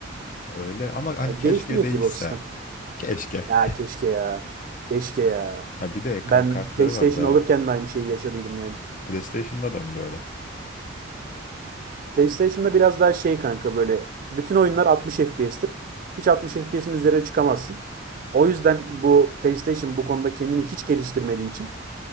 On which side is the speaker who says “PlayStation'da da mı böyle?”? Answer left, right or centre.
Left